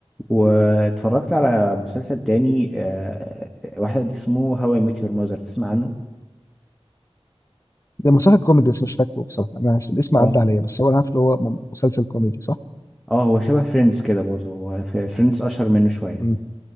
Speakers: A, in the centre; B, on the left.
A: واتفرجت على مسلسل تاني آه، واحد اسمه هاو اي ميت يور ماذر تسمع عنه
B: ده مسلسل كوميدي بس مش فاكره بصراحه انا اسف الاسم
A: اه
B: عدى عليا بس هو انا عارف اللي هو م- مسلسل كوميدي صح؟
A: اه هو شبه فريندز كده برضه هو فريندز اشهر منه شويه
B: امم